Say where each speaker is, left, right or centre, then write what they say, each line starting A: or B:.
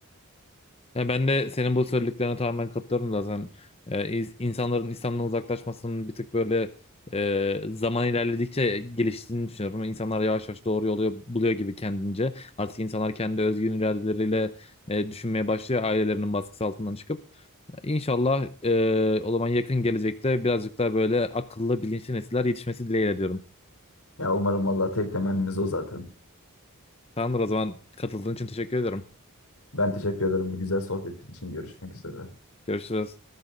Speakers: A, on the left; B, on the left.
A: Ya ben de senin bu söylediklerine tamamen katılıyorum zaten. Ee, ins- insanların İslam'dan uzaklaşmasının bir tık böyle e, zaman ilerledikçe geliştiğini düşünüyorum. İnsanlar yavaş yavaş doğru yolu buluyor gibi kendince. Artık insanlar kendi özgün iradeleriyle e, düşünmeye başlıyor ailelerinin baskısı altından çıkıp. İnşallah e, o zaman yakın gelecekte birazcık daha böyle akıllı bilinçli nesiller yetişmesi dileğiyle diyorum.
B: Ya umarım valla tek temennimiz o zaten.
A: Tamamdır o zaman katıldığın için teşekkür ederim.
B: Ben teşekkür ederim bu güzel sohbet için. Görüşmek üzere.
A: Görüşürüz.